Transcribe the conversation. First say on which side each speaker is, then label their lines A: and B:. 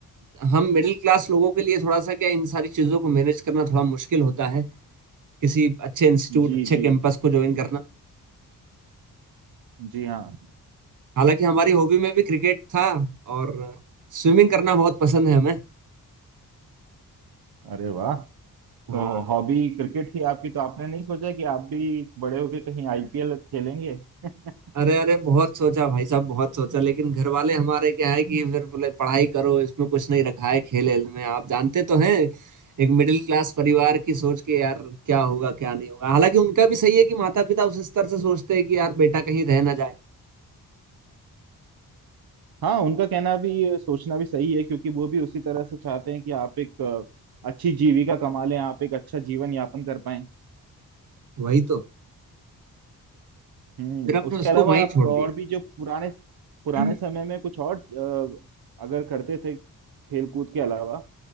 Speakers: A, on the right (about 55°); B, on the right (about 80°).
A: अ, हम मिडिल क्लास लोगों के लिए थोड़ा सा क्या इन सारी चीजों को मैनेज करना थोड़ा मुश्किल होता है किसी अच्छे इंस्टीट्यूट
B: जी
A: अच्छे
B: जी
A: कैंपस को ज्वाइन करना
B: जी हाँ
A: हालांकि हमारी हॉबी में भी क्रिकेट था और स्विमिंग करना बहुत पसंद है हमें
B: अरे वाह
A: हाँ
B: तो हॉबी क्रिकेट थी आपकी तो आपने नहीं सोचा कि आप भी बड़े होके कहीं आईपीएल खेलेंगे <laughs>
A: अरे अरे बहुत सोचा भाई साहब बहुत सोचा लेकिन घर वाले हमारे क्या है कि फिर बोले पढ़ाई करो इसमें कुछ नहीं रखा है खेल वेल में आप जानते तो हैं एक मिडिल क्लास परिवार की सोच के यार क्या होगा क्या नहीं होगा हालांकि उनका भी सही है कि माता पिता उस स्तर से सोचते हैं कि यार बेटा कहीं रह ना जाए
B: हाँ उनका कहना भी सोचना भी सही है क्योंकि वो भी उसी तरह से चाहते हैं कि आप एक अ, अच्छी जीविका कमा लें आप एक अच्छा जीवन यापन कर पाएं
A: वही तो
B: हम्म
A: फिर हमने
B: उसके
A: उसको
B: अलावा
A: वहीं
B: आप
A: छोड़
B: और
A: दिया
B: भी जो पुराने पुराने
A: <clears throat>
B: समय में कुछ और अ, अगर करते थे खेल कूद के अलावा